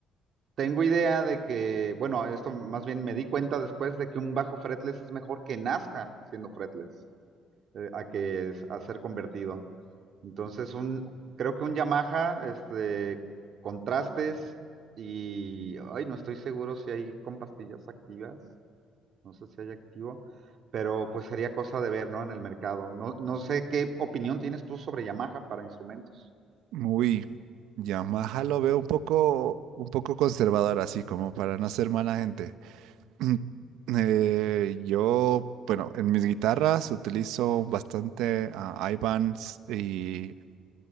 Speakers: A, on the right; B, on the right.
A: tengo idea de que, bueno, esto más bien me di cuenta después de que un bajo fretless es mejor que nazca siendo fretless, eh, a que es- a ser convertido. Entonces, un, creo que un Yamaha, este, contrastes y, ay, no estoy seguro si hay con pastillas activas, no sé si hay activo, pero pues sería cosa de ver, ¿no? En el mercado. No, no sé qué opinión tienes tú sobre Yamaha para instrumentos.
B: Uy, Yamaha lo veo un poco, un poco conservador así, como para no ser mala gente. <clears throat> Eh, yo, bueno, en mis guitarras utilizo bastante a Ibanez y,